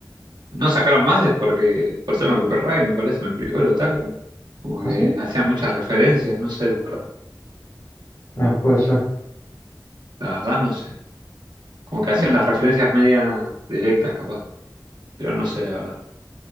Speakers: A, on the right; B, on the left.
A: no sacaron más es porque por tema copyright, me parece, me explicó el otaku. Como que
B: ¿Ah, sí?
A: hacían muchas referencias, no sé, la verdad,
B: Ah, puede ser.
A: la verdad no sé. Como que hacían
B: Yo,
A: las referencias media directas, capaz, pero no sé, la verdad.